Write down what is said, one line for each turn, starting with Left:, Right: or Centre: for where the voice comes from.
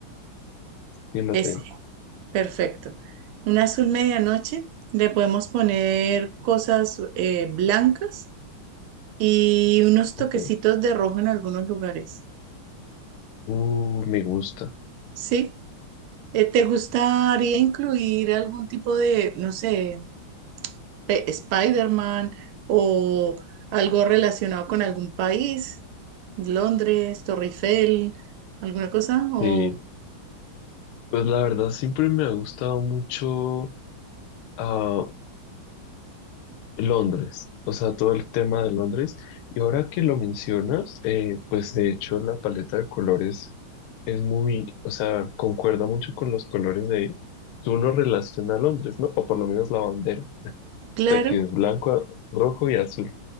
Left: Yo lo
Right: Ese,
Left: tengo.
Right: perfecto. Un azul medianoche. Le podemos poner cosas eh, blancas y unos toquecitos
Left: Ok.
Right: de rojo en algunos lugares.
Left: Uh, me gusta.
Right: ¿Sí? Eh, ¿Te gustaría incluir algún tipo de, no sé, pe- Spider-Man o algo relacionado con algún país? Londres, Torre Eiffel, alguna cosa? O,
Left: Sí. Pues la verdad siempre me ha gustado mucho. ah, Londres, o sea, todo el tema de Londres. Y ahora que lo mencionas, eh, pues de hecho la paleta de colores es muy, o sea, concuerda mucho con los colores de, tú lo relaciona a Londres, ¿no? O por lo menos la bandera, o
Right: claro,
Left: sea, que es blanco, rojo y azul.